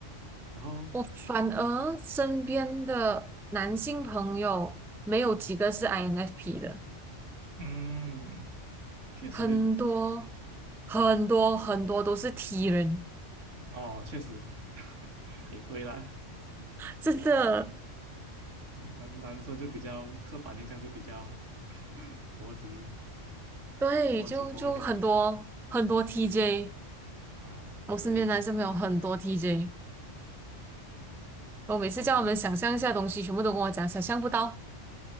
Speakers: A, on the right; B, in the centre.
A: 然后
B: 我反而身边的男性朋友没有几个是 INFP 的，
A: 嗯，确实会
B: 很多很多很多都是 T 人，
A: 哦，确实 <laughs> 也对啦。
B: 真的，
A: 男男生就比较刻板印象就比较 <laughs> 逻辑
B: 对，
A: 逻辑多一点
B: 就就很多很多 TJ，
A: 啊，
B: 我身边男生朋友很多
A: 对，
B: TJ，我每次叫他们想象一下东西，
A: 他们就
B: 全部都跟我讲想象不到，